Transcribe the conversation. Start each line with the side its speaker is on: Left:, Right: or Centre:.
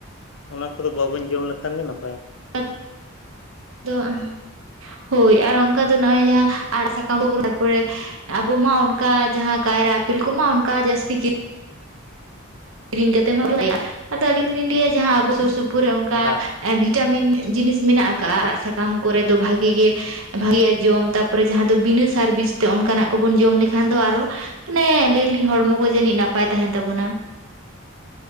Left: ᱚᱱᱟ ᱠᱚᱫᱚ ᱵᱟᱵᱚᱱ ᱡᱚᱢ ᱞᱮᱠᱷᱟᱱ ᱜᱮ ᱱᱟᱯᱟᱭ
Right: ᱟᱫ ᱫᱚ ᱚᱱᱟ ᱦᱳᱭ ᱟᱨ ᱚᱱᱠᱟ ᱫᱚ ᱱᱚᱦᱚᱭ ᱡᱟᱦᱟᱸ ᱟᱲ ᱥᱟᱠᱟᱢ <inaudible> ᱟᱵᱚᱢ ᱢᱟ ᱚᱱᱠᱟ ᱡᱟᱦᱟᱸ ᱠᱟᱭᱨᱟ ᱟᱯᱤᱞ ᱠᱚᱢᱟ ᱚᱱᱠᱟ ᱡᱟᱹᱥᱛᱤ ᱜᱤ ᱠᱤᱨᱤᱧ ᱠᱟᱛᱮᱜ ᱢᱟ <inaudible> ᱟᱫᱚ ᱞᱤᱧ ᱫᱚᱞᱤᱧ ᱞᱟᱹᱭᱟ ᱡᱟᱦᱟᱸ ᱟᱵᱚ ᱥᱩᱨ ᱥᱩᱯᱩᱨ ᱨᱮ ᱚᱱᱠᱟ
Left: ᱵᱟᱝ ᱵᱟᱝ
Right: ᱵᱷᱤᱛ ᱪᱟᱢᱤᱱ ᱡᱤᱱᱤᱥ ᱢᱮᱱᱟᱜ ᱟᱠᱟᱜᱟ ᱟᱲᱟᱜ ᱥᱟᱠᱟᱢ ᱠᱚᱨᱮ ᱫᱚ ᱵᱷᱟᱜᱤ ᱜᱮ ᱵᱷᱟᱜᱤᱭᱟ ᱡᱚᱢ ᱛᱟᱨᱯᱚᱨᱮ ᱡᱟᱦᱟᱸ ᱫᱚ ᱵᱤᱱᱟᱹ ᱥᱟᱨ ᱵᱤᱥ ᱛᱮ ᱚᱱᱠᱟᱱᱟᱜ ᱠᱚᱵᱚᱱ ᱡᱚᱢ ᱞᱮᱠᱷᱟᱱ ᱫᱚ ᱟᱨᱚ ᱢᱟᱱᱮ ᱞᱟᱹᱭ ᱟᱞᱤᱧ ᱦᱚᱲᱢᱚ ᱠᱚ ᱡᱟᱹᱱᱤᱡ ᱱᱟᱯᱟᱭ ᱛᱟᱦᱮᱱ ᱛᱟᱵᱚᱱᱟ